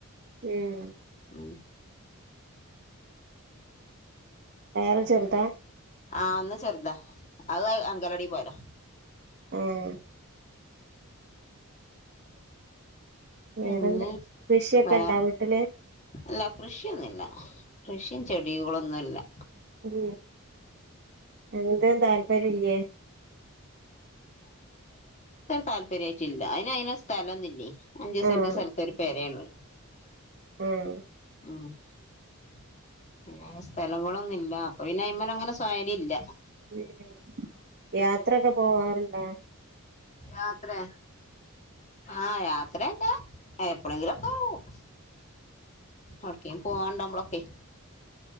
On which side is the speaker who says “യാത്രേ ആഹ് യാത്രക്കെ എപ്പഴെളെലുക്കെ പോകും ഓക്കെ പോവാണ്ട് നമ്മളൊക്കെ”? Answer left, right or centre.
Left